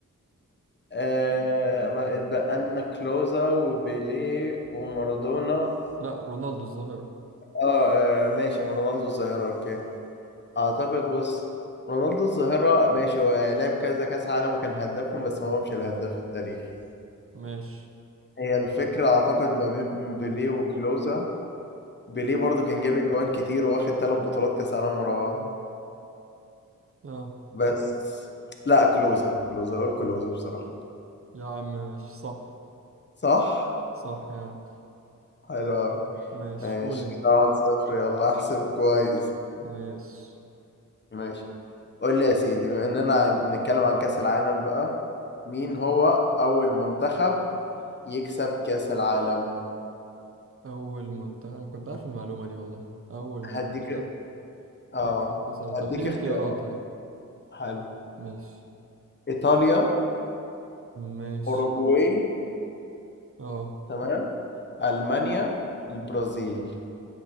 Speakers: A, on the left; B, on the right.
A: آه بقت بقى لنا كلوزا وبيليه ومارادونا
B: لا رونالدو الظاهرة
A: آه, اه ماشي رونالدو الظاهرة اوكي اعتقد بص رونالدو الظاهرة ماشي هو لعب كذا كاس عالم وكان هدافهم بس هو مش الهداف التاريخي
B: ماشي
A: هي الفكرة اعتقد ما بين بيليه وكلوزا بيليه برضو كان جايب جوان كتير وواخد ثلاث بطولات كاس عالم ورا بعض
B: اه
A: بس لا كلوزا كلوزا اقول كلوزا بصراحة
B: يا عم ماشي صح
A: صح
B: صح يا عم
A: حلو أوي
B: ماشي
A: ماشي
B: قول انت
A: كده واحد صفر يلا احسب كويس
B: ماشي
A: ماشي قول لي يا سيدي بما اننا عن- بنتكلم عن كأس العالم بقى مين هو أول منتخب يكسب كأس العالم؟
B: أول منتخب أنا كنت عارف المعلومة دي والله أول منتخب
A: هديك اه
B: يكسب كأس العالم طب
A: هديك
B: اديني
A: اختيارات
B: اختيارات طيب
A: حلو
B: ماشي
A: إيطاليا
B: ماشي
A: أوروجواي
B: اه
A: تمام ألمانيا البرازيل